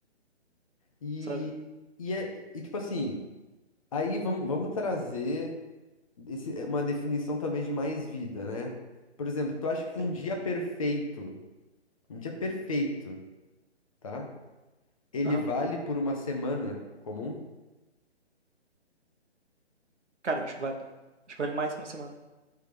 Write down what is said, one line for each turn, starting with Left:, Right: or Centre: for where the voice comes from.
Left: E,
Right: Sabe?
Left: e, é, e tipo assim, aí vamos, vamos trazer. Esse é uma definição talvez de mais vida, né? Por exemplo, tu acha que
Right: Sim.
Left: um dia perfeito, um dia perfeito, tá? Ele
Right: Aham.
Left: vale por uma semana comum?
Right: Cara, eu acho que vale. Acho que vale mais que uma semana.